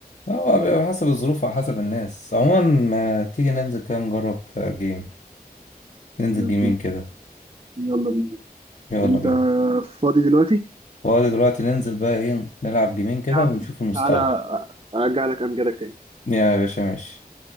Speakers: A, on the left (about 55°); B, on the right (about 35°).
A: لا، هو بيبقى حسب الظروف وعلى حسب الناس عموما ما تيجي ننزل كده نجرب آه، جيم ننزل
B: طب،
A: جيمين كده
B: يلا بينا
A: يلا
B: انت
A: بينا
B: فاضي دلوقتي؟
A: فاضي دلوقتي ننزل بقى ايه نلعب جيمين كده
B: يا عم
A: ونشوف المستوى
B: تعالى ارجع لك امجدك تاني
A: يا باشا ماشي